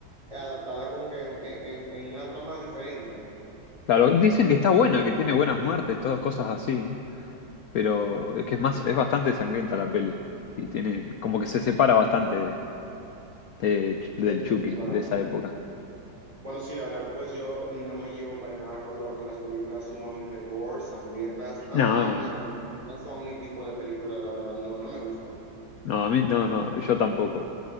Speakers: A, on the right; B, on the left.
A: eh, adaptada como que en, en- en una trama diferente
B: Claro, dicen que está buena, que tiene buenas muertes, todas cosas así. Pero es que es más, es bastante sangrienta la peli. Y tiene, como que se separa bastante de, de-
A: de
B: del
A: lo
B: Chucky
A: normal.
B: de esa época.
A: Bueno, sí, la verdad, pues yo no me llevo para nada con, lo- con las películas sumamente gore, sangrientas. Ah,
B: No, bueno,
A: no, no, no son mi tipo de películas, la verdad, no, no me gustan.
B: no, a mí, no, no, yo tampoco.